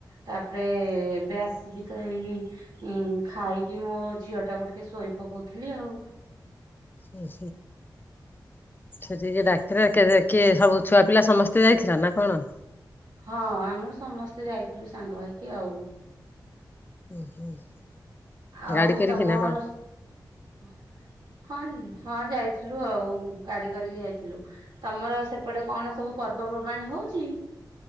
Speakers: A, on the right; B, on the left.
A: ତାପରେ ଏବେ ଆସିକି ତ ଏଇ ଖାଇକି ମୋ ଝିଅ ଟାକୁ ଟିକେ ଶୋଇ ପକଉଥିଲି ଆଉ।
B: ହୁଁ ସେଠିକ ଡାକ <unintelligible> କିଏ ସବୁ ଛୁଆ ପିଲା ସମସ୍ତେ ଯାଇଥିଲ ନା କଣ?
A: ହଁ ଆମର ସମସ୍ତେ ଯାଇଥିଲୁ ସାଙ୍ଗ ହେଇକି ଆଉ
B: <inaudible>
A: ଆଉ
B: ଗାଡି କରିକି
A: ତମର
B: ନା କଣ?
A: ହଁ ହଁ ଯାଇଥିଲୁ। ଆଉ ଗାଡି କରିକି ଯାଇଥିଲୁ ତମର ସେପଟେ କଣ ସବୁ ପର୍ବପର୍ବାଣୀ ହଉଛି?